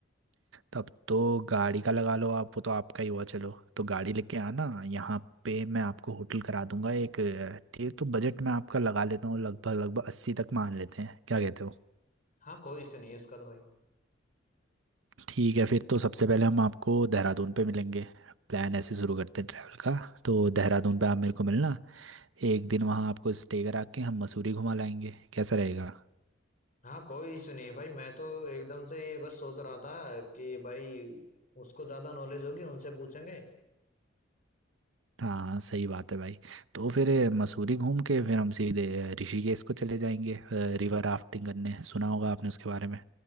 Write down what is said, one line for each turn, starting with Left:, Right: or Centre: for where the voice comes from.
Right: तब तो गाड़ी का लगा लो आप वो तो आपका ही हुआ चलो तो गाड़ी लेके आना यहाँ पे मैं आपको होटल करा दूंगा एक अ, ठीक तो बजट मैं आपका लगा लेता हूँ लगभग लगभग अस्सी तक मान लेते हैं क्या कहते हो
Left: हाँ कोई इशू नहीं है उसका तो भाई
Right: ठीक है फिर तो सबसे पहले हम आपको देहरादून पे मिलेंगे प्लान ऐसे शुरू करते हैं ट्रैवल का तो देहरादून पे आप मेरे को मिलना एक दिन वहाँ आपको स्टे करा के हम मसूरी घुमा लाएंगे कैसा रहेगा
Left: हाँ कोई इशू नहीं है भाई मैं तो एकदम से ये बस सोच रहा था कि भाई उसको ज़्यादा नॉलेज होगी उनसे पूछेंगे
Right: हाँ सही बात है भाई तो फिर अ, मसूरी घूम के फिर हम सीधे अ, ऋषिकेश को चले जाएंगे रिवर राफ्टिंग करने सुना होगा आपने उसके बारे में